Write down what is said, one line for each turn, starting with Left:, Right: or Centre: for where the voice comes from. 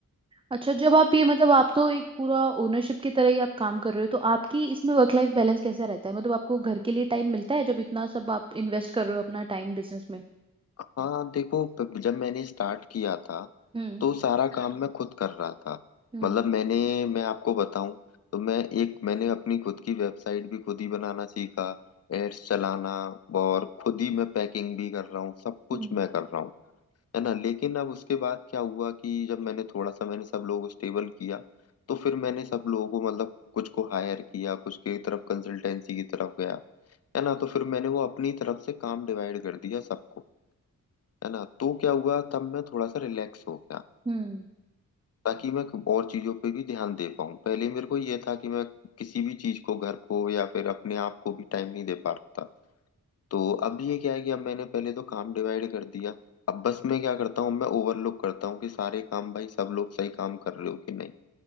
Right: अच्छा जब आप ये मतलब आप तो एक पूरा ओनरशिप की तरह ही आप काम कर रहे हो तो आपकी इसमें वर्क लाइफ बैलेंस कैसा रहता है मतलब आपको घर के लिए टाइम मिलता है जब इतना सब आप इन्वेस्ट कर रहे हो अपना टाइम बिजनेस में
Left: हाँ देखो प- जब मैंने स्टार्ट किया था
Right: हम्म
Left: तो सारा काम मैं खुद कर रहा था
Right: हम्म
Left: मतलब मैंने मैं आपको बताऊं तो मैं एक मैंने अपनी खुद की वेबसाइट भी खुद ही बनाना सीखा एड्स चलाना और खुद ही मैं पैकिंग भी कर रहा हूँ सब कुछ
Right: हम्म
Left: मैं कर रहा हूँ है ना लेकिन अब उसके बाद क्या हुआ कि जब मैंने थोड़ा सा मैंने सब लोगों को स्टेबल किया तो फिर मैंने सब लोगों को मतलब कुछ को हायर किया कुछ की तरफ कंसल्टेंसी की तरफ गया है ना तो फिर मैंने वो अपनी तरफ से काम डिवाइड कर दिया सबको है ना तो क्या हुआ तब मैं थोड़ा सा रिलैक्स हो गया
Right: हम्म
Left: ताकि मैं और चीजों पे भी ध्यान दे पाऊँ पहले मेरे को ये था कि मैं किसी भी चीज को घर को या फिर अपने आप को भी टाइम नहीं दे पा रहा था तो अब ये क्या है कि अब मैंने पहले तो काम डिवाइड कर दिया अब बस मैं क्या करता हूँ मैं ओवरलोक करता हूँ कि सारे काम भाई सब लोग सही काम कर रहे हो कि नहीं